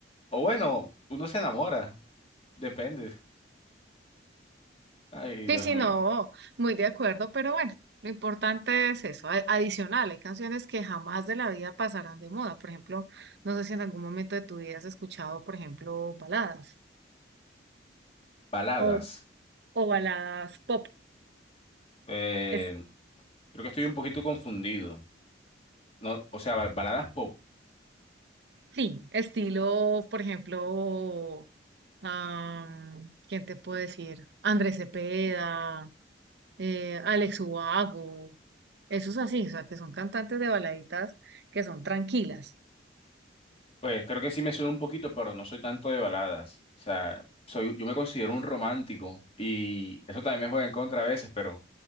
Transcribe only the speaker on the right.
Sí, sí,
no, muy de acuerdo, pero bueno, lo importante es eso. A- Adicional, hay canciones que jamás de la vida pasarán de moda. Por ejemplo, no sé si en algún momento de tu vida has escuchado, por ejemplo, baladas
o, o baladas pop.
Es,
sí, estilo, por ejemplo, am, ¿quién te puede decir? Andrés Cepeda, eh, Alex Ubago. Eso es así, o sea, que son cantantes de baladitas que son tranquilas.